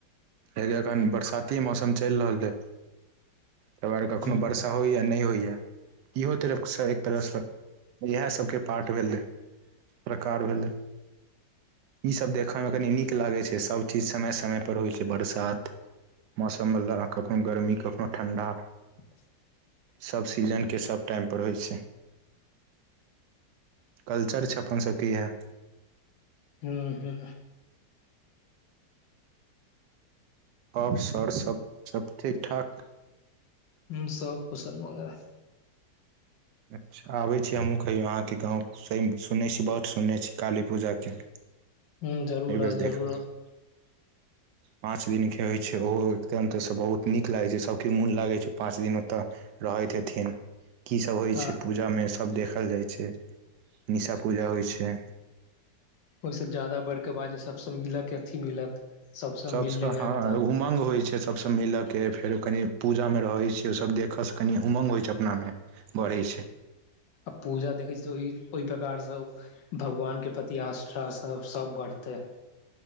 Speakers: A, on the right; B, on the left.
A: कियाकि एखन बरसाती मौसम चलि रहल यै। तैरव कखनो
B: हँ
A: बरसा होइएा नै होइए इहो तरफसँ एक तरहसँ इएह सबके पाठ भेलै प्रकार भेलै ई सब देखमे कनि नीक लागै छै सब ई समय समय पर होइ छै बरसात मौसमवला कखनो गर्मी कखषनो ठण्डा
B: <inaudible>
A: सब सीजनके सब टाइमपर होइ छै कल्चर छै अपन सबके इएह
B: हूँ हूँ
A: अप सर सब सब ठीक ठाक
B: हूँ सब कुसन मंगल
A: अच्छा आबै छी हमहूँ खहियौ अहाँके गाँव स सुनैने छी बड सुनने छी काली पूजाके
B: हूँ जरूर
A: एहि बेर
B: आउ
A: देखब
B: जरूर आउ
A: <inaudible> पाँच दिन केँ होइत छै ओहो एकदम तऽसँ बहुत नीक लागै छै सभ केँ मोन लागै छै पाँच दिन ओतय रहैत हेथिन कीसभ होइ
B: हँ
A: छै पूजामे सभ देखल जाइ छै <inaudible> निशा पूजा होइ छै
B: ओहिसँ जादा बढ़िकऽ बाज सभसँ मिलत अथी मिलत सबसँ
A: सबस
B: मिल
A: हँ
B: लेबै आबि तऽ
A: एगो उमंग होइ छै सभसँ मिलय केँ फेरो कनि पूजामे रहै छियै ओसभ देखयसँ कनि उमंग होइ छै अपनामे बढ़ै छै
B: आ पूजा देखै छी ओहि ओहि प्रकारसँ ओ भगवान केँ प्रति आष्ठ सब बढ़तै